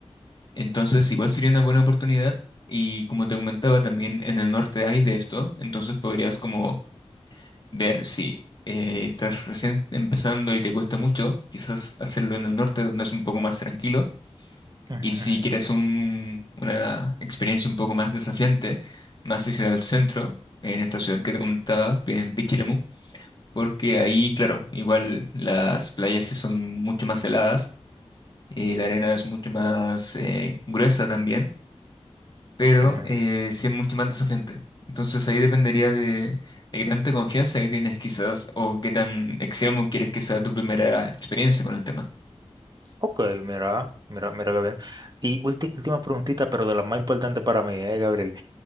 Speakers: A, on the left; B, on the right.
A: Entonces, igual sería una buena oportunidad y como te comentaba, también en el norte hay de esto, entonces podrías como ver si eh, estás recién empezando y te cuesta mucho, quizás hacerlo en el norte donde es un poco más tranquilo
B: ujú,
A: y
B: ujú,
A: si quieres un- una experiencia un poco más desafiante, más hacia el centro, en esta ciudad que te comentaba, en Pichilemu, porque ahí, claro, igual las playas sí son mucho más heladas, eh, la arena es mucho más eh, gruesa también. pero
B: ujú.
A: eh, sí es mucho más desafiante. Entonces ahí dependería de, de qué tanta confianza que tienes quizás o qué tan extremo quieres que sea tu primera experiencia con el tema.
B: Ok, mira, mira, mira qué bien. Y ulti- última preguntita, pero de las más importantes para mí, eh, Gabriel.